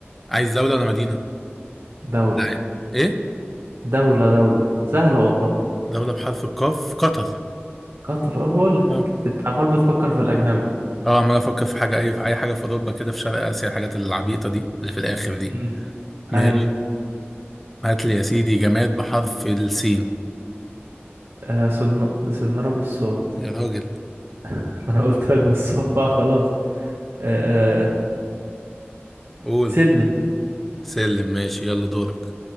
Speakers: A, in the centre; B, on the right.
A: عايز دولة ولا مدينة؟
B: دولة
A: لا ايه إيه؟
B: دولة دولة سهلة والله
A: دولة بحرف القاف قطر
B: قطر أنا بقول لك
A: اه
B: انت عمال بتفكر في الأجنبي
A: اه عمال افكر في حاجة اي في اي حاجة في اوروبا كده في شرق اسيا الحاجات العبيطة دي اللي في الاخر دي
B: مم.
A: ماشي
B: ايوه
A: هات لي يا سيدي جماد بحرف السين
B: آه صن... صنارة بالصوت
A: يا راجل
B: <laughs> ما انا قلت لك بالصوت بقى خلاص آه آه.
A: قول
B: سلم
A: سلم ماشي يلا دورك